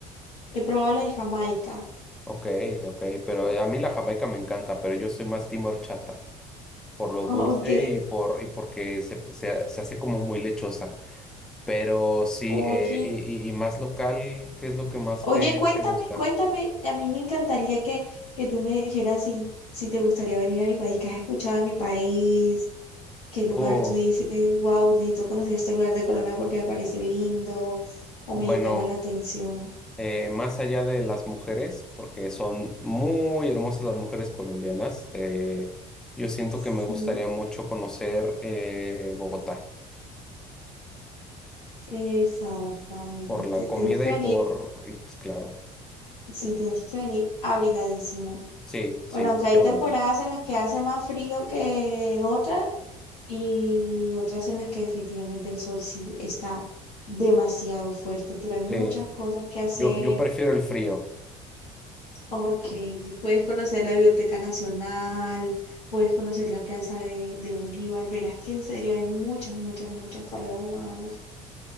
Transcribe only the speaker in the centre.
Ok, ok, pero a mí la jamaica me encanta, pero yo soy más team horchata, por lo
dulce y por y porque se, se, se hace como muy lechosa. Pero sí,
eh, y, y- y más local, ¿qué es lo que más
te,
te gusta?
Oh,
bueno,
eh, más allá de las mujeres, porque son muy hermosas las mujeres colombianas, eh, yo siento
que me gustaría mucho conocer eh, Bogotá.
por la comida
y
por, y pues claro,
sí, sí,
sí
voy
a ir.
Sí,
yo, yo prefiero el frío.